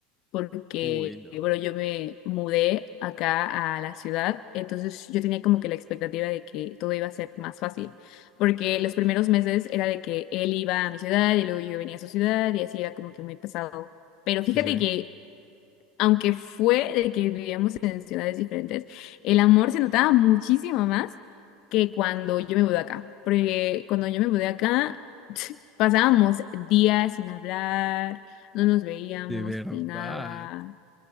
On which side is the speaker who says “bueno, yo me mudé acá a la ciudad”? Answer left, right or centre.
Left